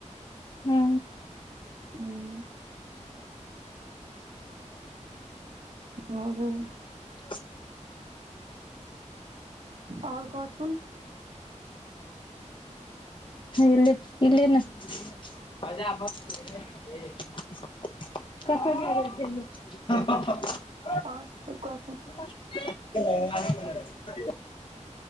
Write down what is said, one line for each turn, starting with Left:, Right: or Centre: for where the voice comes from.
Left: हू
Right: हूँ भऽ गेलै
Left: <unintelligible>
Right: आओर कहथुन
Left: ह्या ले ने <unintelligible> <unintelligible>
Right: ओर सब कहथुन
Left: <unintelligible>